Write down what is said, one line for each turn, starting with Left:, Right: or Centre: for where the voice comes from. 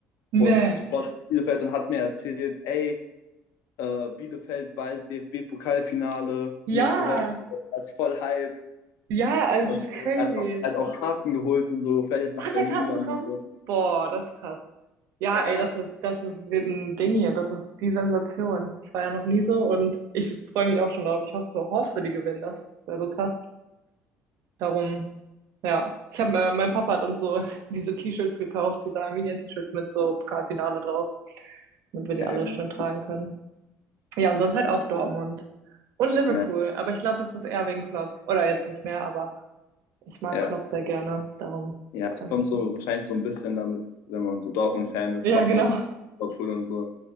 Right: Ne.
Left: und supportet Bielefeld und hat mir erzählt, ey, äh, Bielefeld bald DFB-Pokalfinale, nächste
Right: Ja,
Left: Woche, er ist voll Hype
Right: ja, also
Left: und
Right: es ist
Left: so.
Right: crazy.
Left: Er hat auch, er hat auch Karten geholt und so, fährt jetzt
Right: Hat
Left: nach Berlin
Right: er Karten
Left: dann
Right: bekommen?
Left: und so.
Right: Boah, das ist krass. Ja,
Left: Ja,
Right: ey,
Left: ja,
Right: das ist, das ist wird ein Ding hier. Das ist die Sensation. Das war ja noch nie so und ich freue mich auch schon drauf. Ich hoffe, hoffe, die gewinnen das. Wäre so krass. Darum, ja. Ich habe, äh, mein Papa hat uns so <laughs> diese T-Shirts gekauft, diese Arminia-T-Shirts mit so Pokalfinale drauf, damit wir
Left: <laughs> ja,
Right: die alle
Left: gut.
Right: schön tragen können. Ja,
Left: ja,
Right: und sonst halt auch Dortmund und Liverpool.
Left: ja.
Right: Aber ich glaube, das ist eher wegen Klopp. Oder jetzt nicht mehr, aber ich mag
Left: ja.
Right: Klopp sehr gerne. Darum
Left: Ja, es
Right: habe
Left: kommt
Right: ich.
Left: so wahrscheinlich so ein bisschen damit, wenn man so Dortmund-Fan ist,
Right: Ja,
Left: mag
Right: genau.
Left: man auch Liverpool und so.